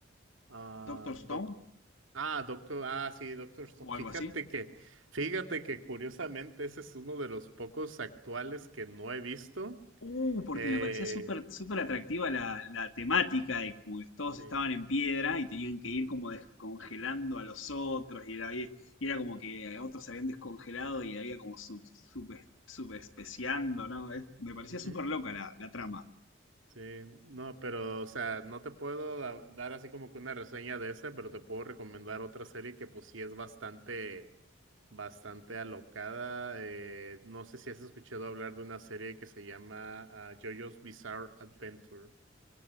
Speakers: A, on the right; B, on the left.
A: Ah,
B: ¿Doctor Stone?
A: Ah, Doctor, ah, sí, Doctor Stone.
B: O
A: Fíjate
B: algo así.
A: que, fíjate que curiosamente ese es uno de los pocos actuales que no he visto.
B: Uh, porque
A: Eh,
B: me parecía súper súper atractiva la, la temática de que como que todos
A: sí,
B: estaban en piedra y tenían que ir como descongelando a los otros y era, y era como que otros se habían descongelado y había como sub, sub- subespeciando, ¿no? Es- me parecía
A: ujú,
B: súper loca la, la trama.
A: sí, no, pero, o sea, no te puedo da- dar así como que una reseña de ese, pero te puedo recomendar otra serie que pues sí es bastante, bastante alocada. Eh, no sé si has escuchado hablar de una serie que se llama ah, JoJo's Bizarre Adventure.